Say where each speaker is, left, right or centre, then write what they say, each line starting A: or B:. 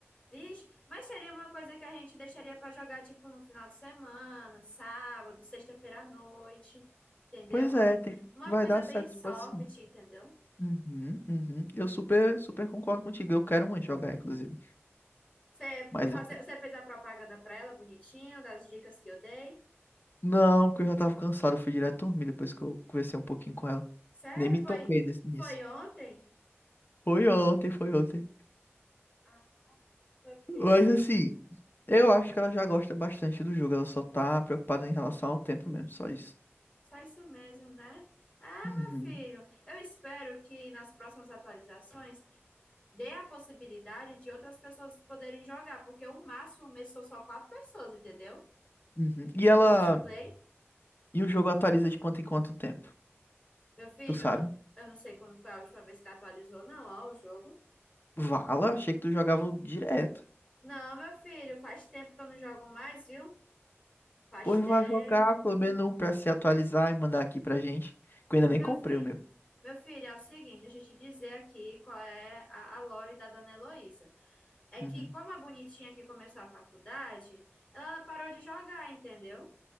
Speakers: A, on the left; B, on the left.
A: Vixe, mas seria uma coisa que a gente deixaria pra jogar, tipo, no final de semana, sábado, sexta-feira à noite, entendeu?
B: Pois
A: Uma,
B: é, tem-
A: uma
B: vai
A: coisa
B: dar
A: bem
B: certo
A: soft,
B: se for assim.
A: entendeu?
B: Uhum, uhum. Eu super, super concordo contigo. Eu quero muito jogar, inclusive.
A: Você,
B: Mas
A: por fazer,
B: assim,
A: você fez a propaganda pra ela bonitinho, das dicas que eu dei?
B: não, porque eu já tava cansado. Eu fui direto dormir depois que eu conversei um pouquinho com ela.
A: Sério?
B: Nem me
A: Foi,
B: toquei nesse- nisso.
A: foi ontem?
B: Foi ontem, foi ontem.
A: Ah, meu filho.
B: Mas assim, eu acho que ela já gosta bastante do jogo. Ela só tá preocupada em relação ao tempo mesmo, só isso.
A: Só isso mesmo, né? Ah,
B: Uhum,
A: meu filho. Eu espero que nas próximas atualizações dê a possibilidade de outras pessoas poderem jogar, porque o máximo mesmo são só quatro pessoas, entendeu?
B: uhum. E ela.
A: No multiplayer.
B: E o jogo atualiza de quanto em quanto tempo?
A: Meu filho,
B: Tu sabe?
A: eu, eu não sei quando foi a última vez que atualizou, não, ó, o jogo.
B: Vala, achei que tu jogava direto.
A: Não, meu filho, faz tempo que eu não jogo mais, viu? Faz
B: Pois
A: tempo.
B: vai jogar pelo menos um pra se atualizar e mandar aqui pra gente. Que eu ainda nem
A: Meu
B: comprei
A: filho,
B: o meu.
A: meu filho, é o seguinte, deixa eu te dizer aqui qual é a, a lore da dona Heloísa. É
B: Uhum.
A: que como a bonitinha que começou a faculdade, ela parou de jogar, entendeu?